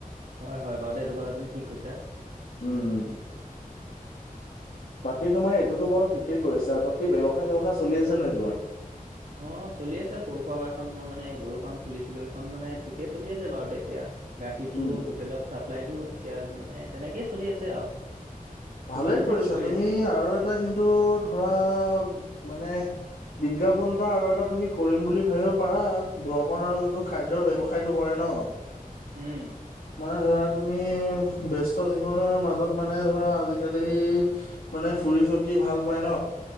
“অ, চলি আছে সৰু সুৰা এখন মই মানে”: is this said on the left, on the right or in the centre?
Right